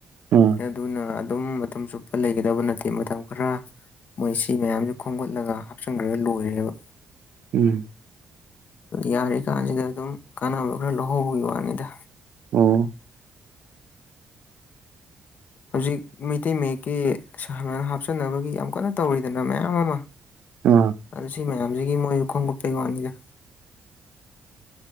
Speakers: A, on the right; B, on the left.
A: ꯑꯥ
B: ꯑꯗꯨꯅ ꯑꯗꯨꯝ ꯃꯇꯝ ꯆꯨꯞꯄ ꯂꯩꯒꯗꯕ ꯅꯠꯇꯦ ꯃꯇꯝ ꯈꯔ ꯃꯣꯏ ꯁꯤ ꯃꯌꯥꯝꯖꯤ ꯈꯣꯝꯒꯠꯂꯒ ꯍꯥꯞꯆꯟꯒ꯭ꯔꯒ ꯂꯣꯏꯔꯦꯕ
A: ꯎꯝ
B: ꯌꯥꯔꯤ ꯀꯥꯟꯁꯤꯗ ꯑꯗꯨꯝ ꯀꯥꯟꯅꯕ ꯈꯔ ꯂꯧꯍꯧꯕꯒꯤ ꯋꯥꯅꯤꯗ
A: ꯎꯝ
B: ꯍꯧꯖꯤꯛ ꯃꯩꯇꯩ ꯃꯌꯦꯛꯀꯤ <unintelligible> ꯍꯥꯞꯆꯟꯅꯕꯒꯤ ꯌꯥꯝ ꯀꯟꯅ ꯇꯧꯔꯤꯗꯅ ꯃꯌꯥꯝ ꯑꯃ
A: ꯑꯥ
B: ꯑꯗꯨ ꯁꯤ ꯃꯌꯥꯝꯖꯤꯒꯤ ꯃꯣꯏꯖꯨ ꯈꯣꯝꯒꯠꯄꯩ ꯋꯥꯅꯤꯗ